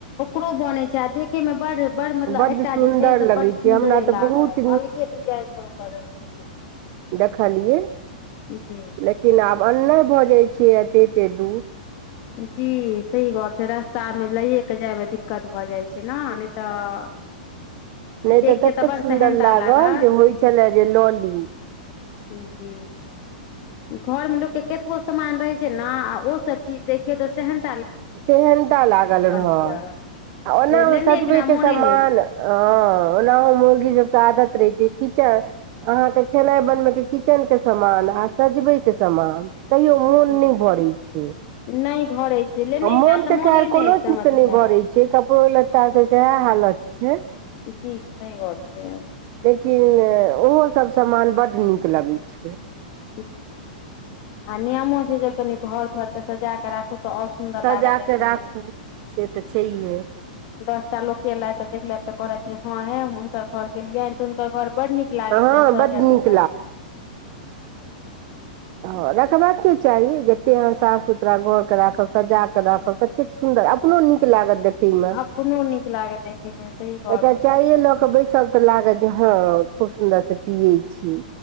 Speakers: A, on the left; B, on the right.
A: ओकरो बनै छै आ देखे मे बड बड़ मतलब
B: बड्ड
A: एकटा
B: सुन्दर
A: जे छै से
B: लगै
A: बड सुन्दरे
B: छै हमरा तऽ
A: लागत
B: बहुत
A: अलगे डिजाइन सब ओकर रहै छै
B: देख खलियै
A: जी
B: लेकिन आब एन्नाइ भऽ जाइ छै एते एते दूर
A: जी सही बात छैे रास्ता मे लैए के जाय मे दिक्कत दिक्कत भऽ जाइ छै न नहि तऽ
B: नय
A: देख
B: तऽ ततेक
A: के बड़
B: सुन्दर
A: सेहनता
B: लागल
A: लागत
B: जे होइ छलैए जे लऽ ली
A: जी घरमे लोकके केतबो सामान रहैत छै ने आ ओसब चीज देखियौ तऽ सेहेन
B: सेहेनता लागल रहत
A: लिअ
B: आ ओनाहु
A: जे लेने
B: सजबेके
A: बिना मोने
B: समान
A: नहि
B: हाँ ओनाहो मुउगी सभके आदत रहै जे किचेन अहाँके खेनाई बनबय के किचेन के समान आ सजबैय के समान तैयो मोन
A: जी
B: नहि भरै छै
A: नहि भरै छै लेने
B: आ मोन
A: बिना
B: तऽ
A: मोने
B: खैर
A: नहि
B: कोनो
A: एकदम
B: चीजसे
A: अथी
B: नहि
A: हैत
B: भरैत छै कपड़ो लत्तासे सेहै हालत छै
A: जी सही बात छै
B: कि ओहोसब समान बड्ड नीक लगैत छै
A: जी आ नियमो छै जे कनी हर तरके सजा कऽ राखू तऽ और सुंदर
B: सजा
A: लागत देखे
B: कऽ राखू
A: मे
B: से तऽ छैहे
A: दस टा लोक के लथि देखलथि तऽ कहलथि जे हाँ हे हम हुनकर घर केलियैनि तऽ हुनकर घर बड नीक लागे
B: हँ
A: छलैन सजल
B: बड नीक
A: छलैन।
B: हाँ रखबाके चाही जतेक अह साफ सुथरा घरके राखब सजा कऽ राखब ततेक सुन्दर अपनो निक लागत दैखैमे
A: अपनो नीक लागत देखे मे सही गप
B: एकट
A: छै
B: चाय ल क बैसब त लागत जे हाँ खूब सुन्दर से पियै छी